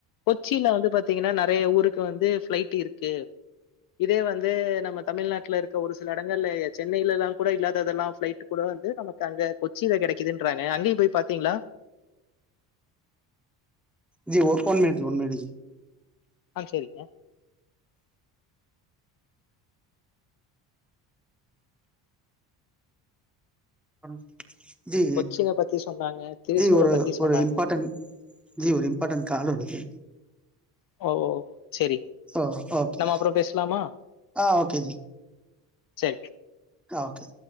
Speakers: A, on the left; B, in the centre.
A: கொச்சில வந்து பாத்தீங்கன்னா நெறையா ஊருக்கு வந்து பளைட் இருக்கு இதே வந்து நம்ம தமிழ்நாட்டுல இருக்க ஒரு சில எடங்கள்ல சென்னைலலா கூட இல்லாததெல்லா பிளைட் கூட வந்து நமக்கு அங்க கொச்சில கெடைக்குதுன்றாங்க அங்கியு போய் பாத்தீங்களா
B: G one minute one minute G
A: ஆ சேரிங்க
B: பனு ஜி
A: கொச்சின பத்தி சொன்னாங்க, திருசூர
B: ஜி ஒரு
A: பத்தி சொன்னாங்க.
B: ஒரு இம்பாட்டன் ஜி ஒரு இம்பாட்டன் கால் வருது
A: ஓ சரிங்க.
B: ஓ ஓக்கி
A: நம்ம அப்புறம் பேசலாமா?
B: ஆ ஓக்கே ஜி
A: சேரி
B: கா